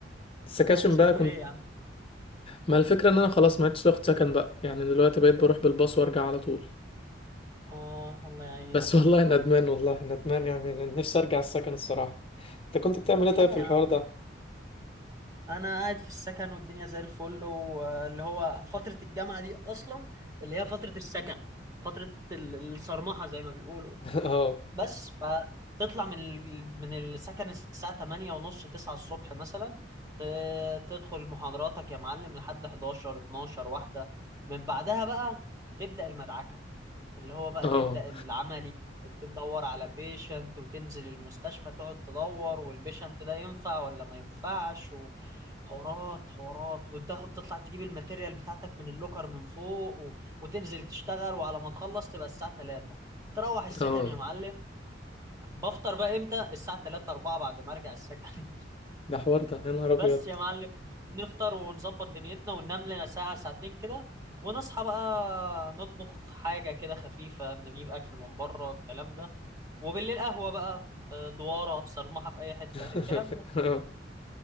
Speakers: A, on the left; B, on the right.
A: السكاشن
B: طب وسبته
A: بقى كنت
B: ليه يا عم
A: ما الفكرة إن أنا خلاص ما عدتش واخد سكن بقى يعني دلوقتي بقيت بروح بالباص وأرجع على طول
B: اه الله يعينك
A: بس <laughs> والله ندمان والله ندمان يعني نفسي أرجع السكن الصراحة أنت كنت بتعمل إيه
B: لا
A: طيب في
B: يا
A: الحوار
B: عم
A: ده؟
B: انا قاعد في السكن والدنيا زي الفل واللي هو فترة الجامعة دي اصلا اللي هي فترة السكن فترة ال- الصرمحة زي ما بيقولوا
A: <laughs> اه
B: بس فتطلع من ال- من السكن الساعة 8 ونص 9 الصبح مثلا ت- تدخل محاضراتك يا معلم لحد 11 12 واحدة من بعدها بقى تبدأ المدعكة اللي هو بقى
A: اه
B: تبدأ العملي تدور على بيشنت وتنزل المستشفى تقعد تدور والبيشنت ده ينفع ولا ما ينفعش وحوارات حوارات وتاخد تطلع تجيب الماتيريال بتاعتك من اللوكر من فوق و... وتنزل تشتغل وعلى ما تخلص تبقى الساعة 3 تروح السكن
A: اه
B: يا معلم بفطر بقى امتى الساعة 3 4 بعد ما ارجع السكن
A: ده حوار ده يا نهار
B: بس
A: أبيض
B: يا معلم نفطر ونظبط دنيتنا وننام لنا ساعة ساعتين كده ونصحى بقى نطبخ حاجة كده خفيفة نجيب أكل من بره الكلام ده وبالليل قهوة بقى آه، دوارة صرمحة في أي حتة
A: <laughs>
B: الكلام ده
A: آه.